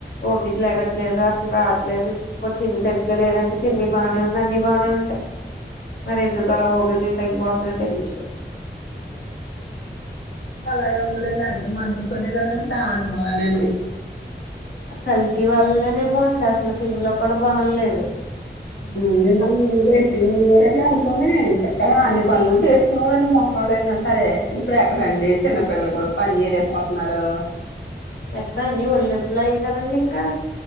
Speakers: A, on the left; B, on the left.
A: ఓపిక్ లేగట్లేదు అసలు రావట్లేదు కొన్ని తిండి సరిగ్గా లేదంటే తింన్ని బాగానే ఉంది అన్ని బాగానే ఉంటాయి మరి ఎందుకు అలా ఓపరికలు తగ్గిపోతుందో తెలియట్లేదు
B: అలాగే ఉందలేండి మద్దతోనే కదండి త అనుమూలన అండి
A: కల్తీ వల్లనేమో ఉండి అసలు తింలో కూడా బలం లేదు
B: అ ఇకా ముందు పెట్టి ఉండవరండి అమ్కని ఇంతక్క అన్ని పనులు చేసుకునేవారండి మొసళ్ళైనా సరే ఇప్పుడు ఎక్కడండి చిన్నపిల్లలు కూడా పని చేయలేకపోతున్నారు
A: ఎక్కడ అన్నీ వలి నొప్పులు అయయి కదండండి ఇంకా